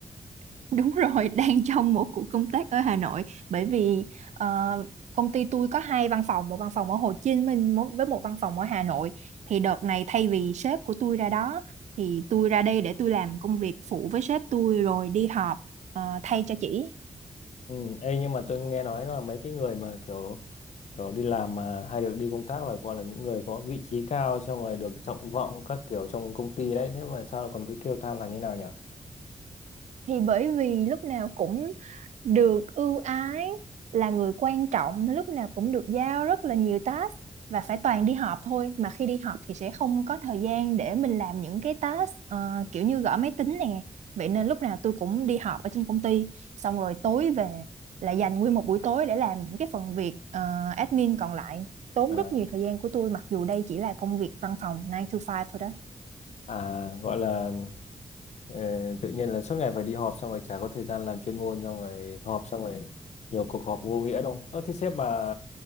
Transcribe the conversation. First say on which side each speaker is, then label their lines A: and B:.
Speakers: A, on the right; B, on the left.
A: <laughs> Đúng rồi, đang trong một cuộc công tác ở Hà Nội bởi vì ờ, công ty tôi có hai văn phòng, một văn phòng ở Hồ Chí Minh một- với một văn phòng ở Hà Nội. Thì đợt này thay vì sếp của tôi ra đó thì tôi ra đây để tôi làm công việc phụ với sếp tôi rồi đi họp ờ, thay cho chị.
B: Ừ, ê, nhưng mà tôi nghe nói là mấy cái người mà kiểu kiểu đi làm mà hay được đi công tác là gọi là những người có vị trí cao xong rồi được trọng vọng các kiểu trong công ty đấy, thế mà sao lại còn cứ kêu than là như nào nhỉ?
A: thì bởi vì lúc nào cũng được ưu ái là người quan trọng lúc nào cũng được giao rất là nhiều task và phải toàn đi họp thôi mà khi đi họp thì sẽ không có thời gian để mình làm những cái task ờ, kiểu như gõ máy tính nè vậy nên lúc nào tôi cũng đi họp ở trên công ty xong rồi tối về là dành nguyên một buổi tối để làm những cái phần việc ờ, admin còn lại tốn
B: À,
A: rất nhiều thời gian của tôi mặc dù đây chỉ là công việc văn phòng nine to five thôi đó
B: À gọi là Ờ, tự nhiên là suốt ngày phải đi họp xong rồi chả có thời gian làm chuyên môn xong rồi họp xong rồi nhiều cuộc họp vô nghĩa đâu. Ơ thế sếp bà